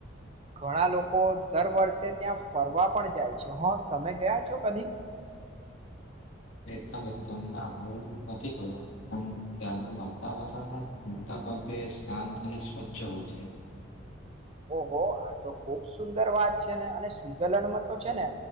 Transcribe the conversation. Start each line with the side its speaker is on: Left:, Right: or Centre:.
Right: ઘણા લોકો દર વર્ષે ત્યાં ફરવા પણ જાય છે હા તમે ગયા છો કદી <inaudible>
Left: એકદમ એકદમ ના હ નથી ગયો પણ ત્યાંનું વાતાવરણ મોટા ભે શાંત અને સ્વચ્છ હોવ છે
Right: ઓહો આ તો ખુબ સુંદર વાત છે ને અને સ્વઝરલેન્ડમાં તો છે ને